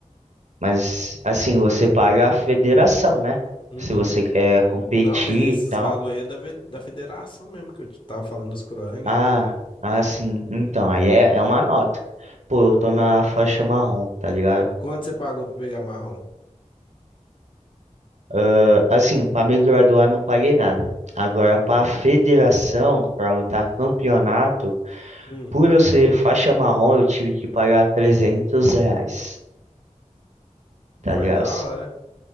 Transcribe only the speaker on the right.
Mas, assim, você paga a federação, né?
Se você quer competir
e tal.
Ah, ah sim então, aí é, é uma nota. Pô, eu tô na faixa marrom, tá ligado?
Ah, assim, para me graduar não paguei nada. Agora, para a federação, para lutar campeonato,
por eu ser faixa marrom, eu tive que pagar 300 reais,
tá ligado?